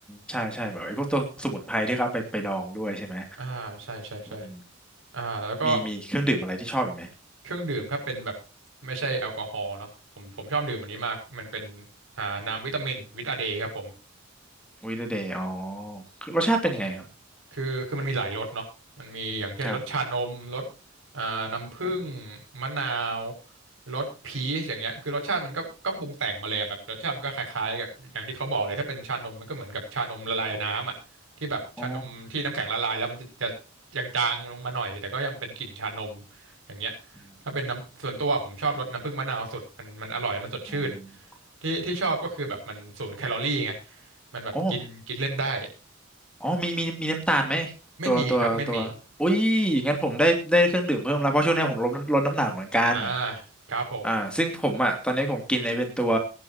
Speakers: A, in the centre; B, on the right.
A: ใช่ใช่แบบไอ้พวกตัวสมุนไพรที่เขาเอาไปไปดองด้วยใช่ไหม
B: อ่าใช่ใช่ใช่
A: อืม
B: อ่าแล้วก็
A: มีมีเครื่องดื่มอะไรที่ชอบอีกไหม
B: เครื่องดื่มถ้าเป็นแบบไม่ใช่แอลกอฮอล์เนาะผมผมชอบดื่มอันนี้มากมันเป็นอ่าน้ำวิตามินวิตาเดย์ครับผม
A: วิเดเดย์อ๋อคือรสชาติเป็นยังไงครับ
B: คือคือมันมีหลายรสเนาะมันมีอย่างเช่นรสชานมรส
A: ครับ
B: อ่าน้ำผึ้ง
A: ผม
B: มะนาวรสพีชอย่างเงี้ยคือรสชาติมันก็ก็ปรุงแต่งมาเลยอะแบบรสชาติมันก็คล้ายๆกับอย่างที่เขาบอกเลยถ้าเป็นชานมมันก็เหมือนกับชานมละลายน้ำอ่ะที่แบบชานมที่น้ำแข็งละลายแล้วมันจะจะ
A: อ๋อ
B: จางๆลงมาหน่อยแต่ก็ยังเป็นกลิ่นชานมอย่างเงี้ย
A: อืม
B: ถ้าเป็นน้ำส่วนตัวผมชอบรสน้ำผึ้งมะนาวสุดมันมันอร่อย มันสดชื่น
A: อืม
B: ที่ที่ชอบก็คือแบบมันศูนย์แคลอรี่ไงมันแบบกินกินเล่นได้
A: อ๋ออ๋อมีมีมีน้ำตาลไหมตัวตัวตัวอุ้ย
B: ไม่มีครับไม่มี
A: งั้นผมได้ได้เครื่องดื่มเพิ่มแล้วเพราะช่วงนี้ผมลดลดน้ำหนักเหมือนกัน
B: อ่าครับผม
A: อ่าซึ่งผมอ่ะตอนนี้ผมกินไอ้เป็นตัว